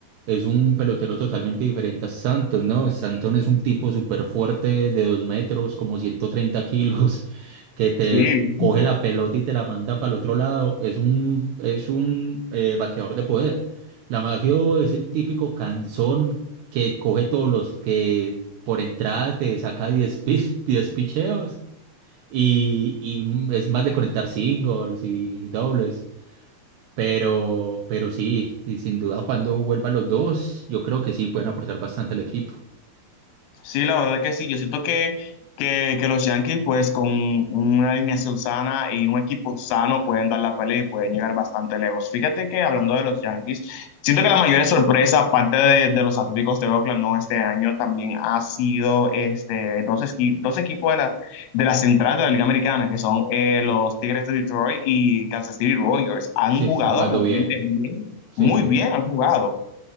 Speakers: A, on the right; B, on the left.
A: es un pelotero totalmente diferente a Santos, ¿no? Santos es un tipo súper fuerte de dos metros, como 130 kilos, <laughs> que te
B: Sí.
A: coge la pelota y te la manda para el otro lado. Es un, es un eh, bateador de poder. Lamagio es el típico canzón que coge todos los que por entrada te saca diez pi- <laughs> 10 picheos y, y mm, es más de conectar singles y dobles. Pero, pero sí, y sin duda cuando vuelvan los dos, yo creo que sí pueden aportar bastante al equipo.
B: Sí, la verdad que sí. Yo siento que, que, que los Yankees, pues con una alineación sana y un equipo sano, pueden dar la pelea y pueden llegar bastante lejos. Fíjate que hablando de los Yankees, siento que la mayor sorpresa, aparte de, de los Atléticos de Oakland, no este año, también ha sido este, dos, esqui- dos equipos de la, de la central de la Liga Americana, que son eh, los Tigres de Detroit y Kansas City Royals. Han
A: Sí,
B: jugado
A: están jugando
B: realmente
A: bien.
B: bien,
A: Sí,
B: muy bien han jugado.